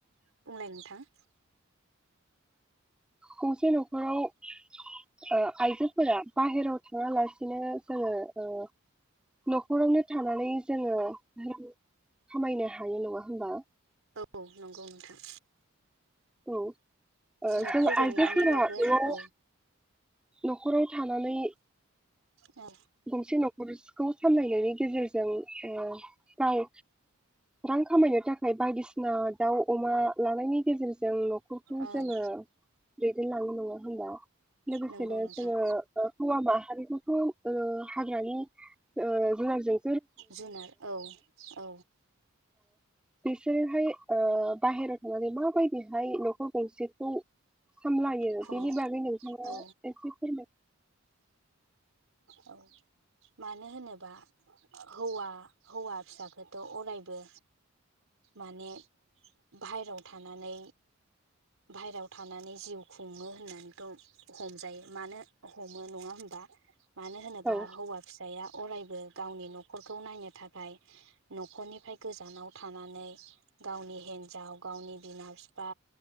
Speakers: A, on the right; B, in the centre.
A: बुंलाय नोंथां।
B: गंसे नखराव ओ आइजोफोरा बाहेराव थाङालासिनो जोङो ओ न'खरावनो थानानै जोङो खामायनो हायो नङा होनबा?
A: औ नंगौ नोंथां।
B: औ ओ
A: न'खर
B: जों
A: बेंनानैबाबो
B: आइजोफोरा बेयाव
A: औ
B: न'खराव थानानै
A: औ
B: गसे नखरस खौ सामलायनायनि गेजेरजों ओ गाव रां खामायनो थाखाय बायदिसिना दाउ अमा लानायनि गेजेरज जों ल' न'खरखौ
A: ओं
B: जोङो ए लाङो नङा होमबा? लोगोसेनो
A: नंगौ नोंथां
B: जोङो ओ हौवाबा <unintelligible> ओ हाग्रानि ओ जुनारजों
A: जुनार औ औ
B: बिसोरोहाय ओ बाहेरायाव थांनानै माबायदिहाय न'खर गंसेखौ सामलायो
A: खुं
B: बेनि बागै नोंथाङा
A: औ
B: एसे फोरमाय
A: औ मानो होनोबा हौवा हौवा फिसाखोथ' अरायबो माने बाहेरायाव थानानै बाहेरायाव थानानै जिउ खुङो होननानैथ' हमजायो मानो हमो नङा होमबा? मानो होनोबा
B: औ
A: हौवा फिसाया अरायबो गावनि न'खरखौ नायनो थाखाय न'खरनिफ्राय गोजानाव था थानानै गावनि हिन्जाव गावनि बिमा बिफा